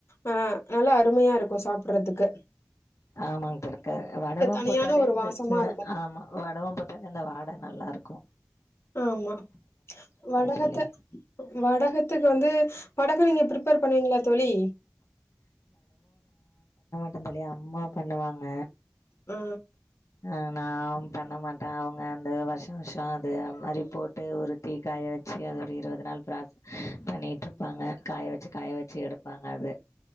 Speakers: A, on the left (about 55°); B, on the left (about 80°).
A: ஆ நல்லா அருமையாரு போ சாப்புர்றதுக்கு
B: ஆமாங் தோழி க வடவம்
A: தனியான
B: போட்டாலே
A: ஒரு
B: அந்த
A: வாசமா
B: ஸ்ம
A: இருக்கு
B: ஆமா வடவோ போட்டாலே அந்த வாட நல்லார்க்கு
A: ஆமா வடகத்த
B: தோழி
A: வடகத்துக் வந்து வடக நீங்க ப்ரிப்பேர் பண்ணுவீங்ளா தோழி
B: பன்னலயாம் உம்மா பண்ணுவாங்க
A: ஆ
B: அ நாம் பண்ண மாட்டே அவ்ங்க அந்த வர்ஷோ வர்ஷோ அதும் மாரி போட்டு உருட்டி காய வச்சு அது ஒரு இருவது நாள் ப்ராஸ் பண்ணிட்ருப்பாங்க காய வச்சு காய வச்சு எடுப்பாங்க அது